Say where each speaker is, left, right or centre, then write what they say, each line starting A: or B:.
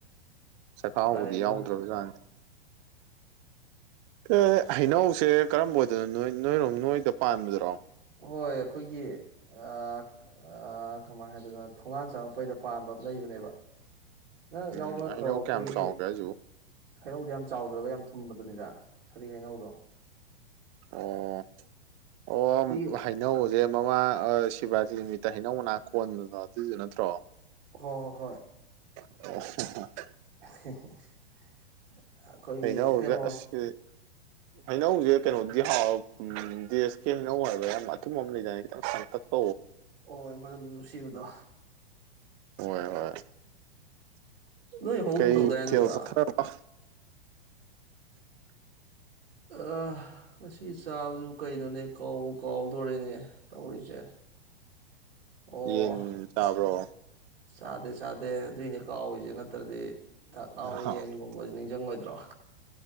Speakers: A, on the right; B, on the right.
A: ꯆꯈꯥꯎꯕꯨꯗꯤ
B: ꯐꯔꯦ ꯑꯗꯨꯅ
A: ꯌꯥꯎꯗ꯭ꯔꯕꯖꯥꯅꯤ ꯑꯦ ꯍꯩꯅꯧꯁꯦ ꯀꯔꯝꯕ ꯑꯣꯏꯗꯣꯏꯅꯣ ꯅꯣꯏ ꯅꯣꯏꯔꯣꯝ ꯅꯣꯏꯗ ꯄꯥꯟꯕꯗꯨꯔꯣ
B: ꯍꯣꯏ ꯑꯩꯈꯣꯏꯒꯤ ꯑ ꯑ ꯀꯃꯥꯏꯟ ꯍꯥꯏꯗꯣꯏꯅꯣ ꯊꯣꯡꯉꯥꯟ ꯆꯪꯉꯛꯄꯩꯗ ꯄꯥꯟꯕ ꯑꯝ ꯂꯩꯕꯅꯦꯕ ꯅꯪ
A: ꯎꯝ
B: ꯌꯥꯎꯕ ꯅꯠꯇ꯭ꯔꯣ
A: ꯍꯩꯅꯧ
B: ꯑꯩꯈꯣꯏꯒꯤ
A: ꯀꯌꯥꯝ ꯆꯥꯎꯒꯦ ꯍꯥꯏꯁꯤꯕꯨ
B: ꯍꯩꯅꯧꯗꯣ ꯌꯥꯝ ꯆꯥꯎꯗ꯭ꯔꯒ ꯌꯥꯝ ꯊꯨꯝꯕꯗꯨꯅꯤꯗ ꯁꯕꯤ ꯍꯩꯅꯧꯗꯣ
A: ꯑꯣ ꯑꯣꯝ
B: ꯑꯩꯈꯣꯏꯒꯤ
A: ꯍꯩꯅꯧꯖꯦ ꯃꯃꯥꯡ ꯑ ꯁꯤꯚ꯭ꯔꯥꯇꯤ ꯅꯨꯃꯤꯠꯇ ꯍꯩꯅꯧ ꯃꯅꯥ ꯀꯣꯟꯕꯗꯣ ꯑꯗꯨꯏꯗꯨ ꯅꯠꯇ꯭ꯔꯣ
B: ꯍꯣ ꯍꯣ ꯍꯣꯏ
A: <inaudible>
B: <unintelligible> ꯑꯩꯈꯣꯏꯒꯤ
A: ꯍꯩꯅꯧꯖꯦ
B: ꯀꯩꯅꯣ
A: ꯑꯁ ꯏ ꯍꯩꯅꯧꯁꯦ ꯀꯩꯅꯣ ꯗꯤ ꯍꯥꯎ ꯎ ꯗꯦꯁ ꯀꯤ ꯍꯩꯅꯧ ꯍꯥꯏꯕ ꯌꯥꯝ ꯑꯊꯨꯝꯕ ꯑꯃ ꯂꯩꯗꯥꯏꯅꯦ ꯈꯤꯇꯪ ꯊꯨꯝꯇꯛ <unintelligible>
B: ꯍ ꯃꯅꯝ ꯅꯨꯡꯁꯤꯕꯗꯣ
A: ꯍꯣꯏ ꯍꯣꯏ
B: ꯅꯣꯏ ꯍꯧꯒꯨꯝ
A: ꯀꯩꯊꯦꯜ
B: ꯇꯧꯗꯥꯏ ꯑꯗꯨꯗꯣ
A: ꯆꯠꯊꯔꯕ
B: ꯑꯥ ꯉꯁꯤ ꯆꯥꯕꯁꯨ ꯀꯩꯅꯣꯅꯦ ꯀꯥꯎꯕ ꯀꯥꯎꯗꯣꯔꯤꯅꯦ ꯇꯧꯔꯤꯁꯦ ꯑꯣ
A: ꯌꯦꯟ ꯆꯥꯕ꯭ꯔꯣ
B: ꯆꯥꯗꯦ ꯆꯥꯗꯦ ꯑꯗꯨꯏꯅꯦ ꯀꯥꯎꯏꯁꯦ ꯅꯠꯇ꯭ꯔꯗꯤ ꯆꯥꯛ ꯂꯥꯝꯃꯗꯤꯅ
A: ꯍꯣꯏ
B: ꯌꯦꯟꯒꯨꯝꯕꯁꯨ ꯅꯤꯡꯁꯤꯡꯉꯣꯏꯗ꯭ꯔꯣ